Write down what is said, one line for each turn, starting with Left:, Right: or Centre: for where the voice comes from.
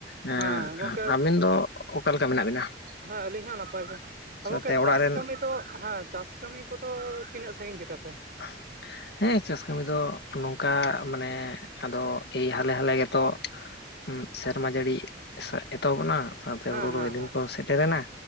Left: ᱮᱸ
Right: ᱦᱮᱸ ᱜᱚᱝᱠᱮ,
Left: ᱟᱹᱵᱤᱱ ᱫᱚ ᱚᱠᱟ ᱞᱮᱠᱟ ᱢᱮᱱᱟᱜ ᱵᱤᱱᱟ
Right: ᱦᱮᱸ ᱟᱹᱞᱤᱧ ᱦᱚᱸ ᱱᱟᱯᱟᱭ ᱜᱮ᱾ ᱮ
Left: ᱥᱟᱶᱛᱮ
Right: ᱜᱚᱝᱠᱮ
Left: ᱚᱲᱟᱜ
Right: ᱪᱟᱥ
Left: ᱨᱮᱱ
Right: ᱠᱟᱹᱢᱤ ᱫᱚ ᱦᱟᱸ ᱪᱟᱥ ᱠᱟᱹᱢᱤ ᱠᱚ ᱫᱚ ᱛᱤᱱᱟᱹᱜ ᱥᱟᱺᱜᱤᱧ ᱜᱮᱫᱟ ᱯᱮ?
Left: <inaudible> ᱦᱮᱸ ᱪᱟᱥ ᱠᱟᱹᱢᱤ ᱫᱚ ᱱᱚᱝᱠᱟ ᱢᱟᱱᱮ ᱟᱫᱚ ᱮᱭ ᱦᱟᱞᱮ ᱦᱟᱞᱮ ᱜᱮ ᱛᱚ᱾ ᱦᱩᱸ ᱥᱮᱨᱢᱟ ᱡᱟᱹᱲᱤ ᱥᱮ ᱮᱛᱚᱦᱚᱵ ᱮᱱᱟ ᱥᱟᱶᱛᱮ
Right: ᱦᱮᱸ
Left: ᱦᱩᱲᱩ ᱨᱚᱦᱚᱭ
Right: ᱦᱮᱸ
Left: ᱫᱤᱱ
Right: ᱦᱮᱸ
Left: ᱠᱚ ᱥᱮᱴᱮᱨᱮᱱᱟ